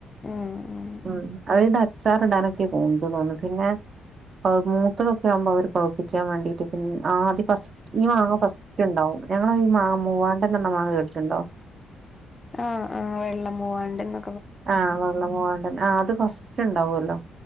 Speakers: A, on the left (about 20°); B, on the right (about 50°).
A: ആഹ്
B: ഉം അത്പിന്നെ അ ച്ചാറിടാനൊക്കെ പോവുന്നത് തോന്ന്ണ്ട് പിന്നെ ആ മൂത്തതൊക്കെ ആവുമ്പ അവര് പവുപ്പിക്കാൻ വേണ്ടിട്ട് പി ആദ്യ ഫസ്റ്റ് ഈ മാങ്ങ ഫസ് റ്റ്ണ്ടാവും ഞങ്ങളെ ഈ മാങ്ങ മൂവാണ്ടൻ ന്നർഞ മാങ്ങ കേട്ടിട്ടുണ്ടോ
A: ആ ആ വെള്ള മൂവാണ്ടൻന്ന
B: ആ വെള്ളമൂവാണ്ടൻ ആ അത് ഫസ്റ്റ് ഇണ്ടാവല്ലോ